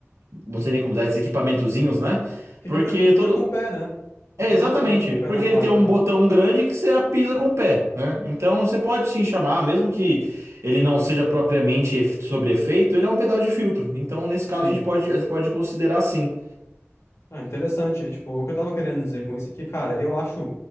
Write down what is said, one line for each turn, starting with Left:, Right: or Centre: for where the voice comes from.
Right: não sei nem como dizer, esses equipamentozinhos, né?
Left: Que
Right: Porque
Left: configura, configura
Right: todo,
Left: com o pé, né? Configurava
Right: É, exatamente,
Left: com, com o pé
Right: porque
Left: na placa,
Right: ele tem um
Left: né?
Right: botão grande que você apisa com o pé, né? Então você pode sim chamar, mesmo que ele não seja propriamente ef- sobre efeito, ele é um pedal de filtro. Então, nesse caso,
Left: Sim.
Right: a gente pode, a gente pode considerar sim.
Left: Ah, interessante. É tipo, o que eu tava querendo dizer com isso é que, cara, eu acho